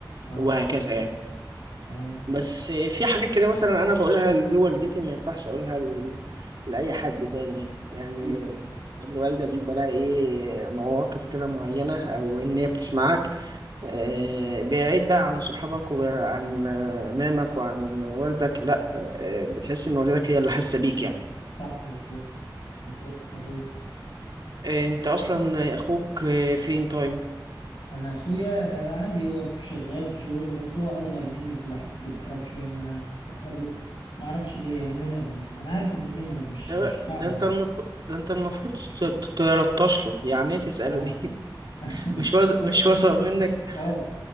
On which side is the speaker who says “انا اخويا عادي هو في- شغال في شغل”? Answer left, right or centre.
Left